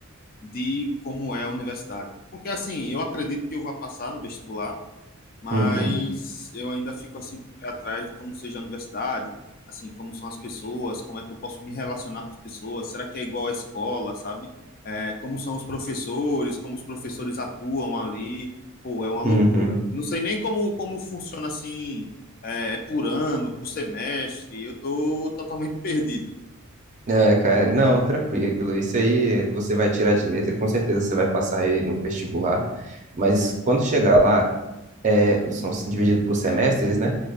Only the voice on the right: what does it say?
Uhum,
uhum.
É, cara, não, tranquilo. Isso aí é, você vai tirar de letra, com certeza você vai passar aí no vestibular. Mas quando chegar lá, é, são divididos por semestres, né?